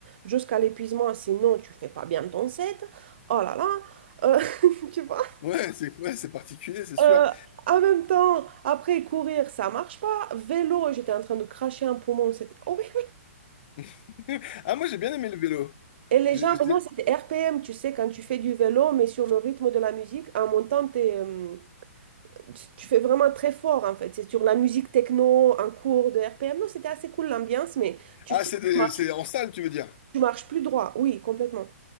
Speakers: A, on the right; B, on the left.
A: jusqu'à l'épuisement, sinon tu fais pas bien ton set. Oh là là, euh, <laughs> tu vois?
B: Ouais, c'est ouais, c'est particulier, c'est sûr.
A: Euh, en même temps, après courir, ça marche pas. Vélo, j'étais en train de cracher un poumon, c'était horrible.
B: <laughs> Ah, moi j'ai bien aimé le vélo.
A: Et les
B: J'ai-
A: gens,
B: j'ai-
A: pour moi, c'était RPM, tu sais, quand tu fais du vélo, mais sur le rythme de la musique, en montant, t'es, euh, tu tu fais vraiment très fort, en fait. C'est sur la musique techno, en cours de RPM. Non, c'était assez cool l'ambiance, mais tu,
B: Ah,
A: sors,
B: c'est
A: tu
B: des-
A: marches,
B: c'est en salle, tu veux dire?
A: tu marches plus droit. Oui, complètement.